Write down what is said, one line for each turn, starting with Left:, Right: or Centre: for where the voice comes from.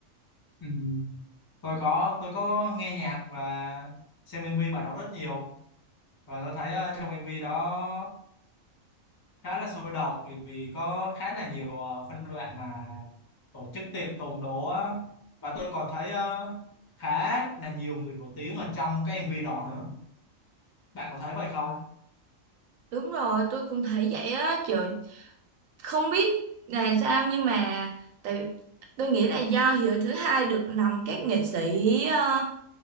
Left: Ừm, tôi có tôi có nghe nhạc và xem MV bài đó rất nhiều và tôi thấy ờ, trong MV đó khá là sôi động bởi vì có khá là nhiều ờ, phân đoạn mà tổ chức tiệc tùng đó á. và tôi còn thấy ờ, khá là nhiều người nổi tiếng ở trong cái MV đó nữa bạn có thấy vậy không
Right: đúng rồi tôi cũng thấy vậy á trời không biết là sao nhưng mà tại tôi nghĩ là do Hiếu thứ hai được lòng các nghệ sĩ ờ,